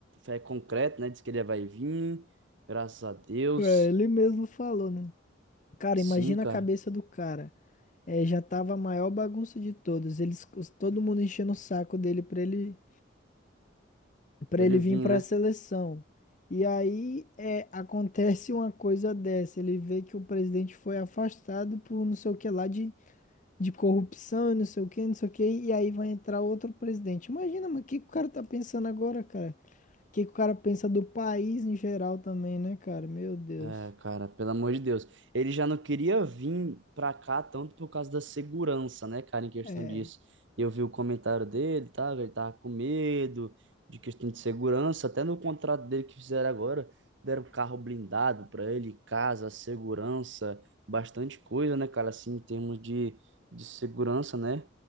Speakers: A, on the right; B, on the left.
A: é concreto, né? Diz que ele vai vir, graças a Deus.
B: É, ele mesmo falou, né? Cara,
A: Sim,
B: imagina
A: cara,
B: a cabeça do cara. É, já tava a maior bagunça de todos. Eles, os- todo mundo enchendo o saco dele pra ele, para
A: pra
B: ele
A: ele
B: vir
A: vir,
B: pra
A: né?
B: seleção. E aí é, acontece uma coisa dessa. Ele vê que o presidente foi afastado por não sei o que lá de, de corrupção, e não sei o que, não sei o que. E aí vai entrar outro presidente. Imagina, mas o que que o cara tá pensando agora, cara? O que que o cara pensa do país em geral também, né, cara? Meu Deus.
A: É, cara, pelo amor de Deus. Ele já não queria vir pra cá tanto por causa da segurança, né, cara, em questão
B: É.
A: disso. Eu vi o comentário dele, tá? Ele tava com medo de questão de segurança. Até no contrato dele que fizeram agora, deram carro blindado pra ele, casa, segurança, bastante coisa, né, cara, assim, em termos de, de segurança, né?